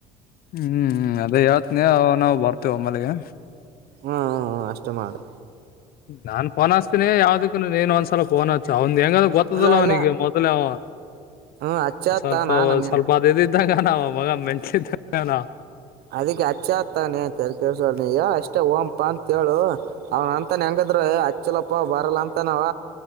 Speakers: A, on the left; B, on the right.
A: ಹ್ಮ್ ಅದೇ ಹೇಳತ್ನಿ ನಾವ ಬರ್ತೇವ ಒಮ್ಮಲೆಗೆ
B: ಹ್ಮ್ ಹ್ಮ್ ಹ್ಮ ಅಷ್ಟೇ ಮಾಡು
A: ನಾನ್ ಫೋನ್ ಹಾಸ್ತೀನಿ ಯಾವ್ದುಕ್ಕೂ ನೀನ್ ಒಂದ್ಸಲ ಫೋನ್ ಹಚ್ಚು ಅವ್ ಹೆಂಗಂದ ಗೊತ್ತದಲ್ಲ
B: ಇಲ್ಲ ಇಲ್ಲ
A: ಅವನಿಗೆ ಮೊದ್ಲ ಅವ
B: ಹ್ಮ್ ಹಚ್ಚ ಅತ್ತ
A: ಸ್ವಲ್ಪ
B: ನಾನ ನೀನು
A: ಸ್ವಲ್ಪ ಅದಿದಿ ಆ ನನ್ ಮಗ ಮೆಂಟಲ್ ಇದ್ದಂಗ ಅವ್ನ
B: ಅದಿಕ್ಕೆ ಅಚ್ಚ ಅತ್ತಾನೆ ತಲೆ ಕೆಡಿಸ್ಕೋಬೇಡ ನೀ ಹೇಳು ಅಷ್ಟೇ ಓಂಪಾ ಅಂತೇಳು ಅವನ ಅಂತಾನ ಹೆಂಗ ದ್ರ ಹಚ್ಚೆಲಪ್ಪ ಬರಲ್ಲ ಅಂತಾನವ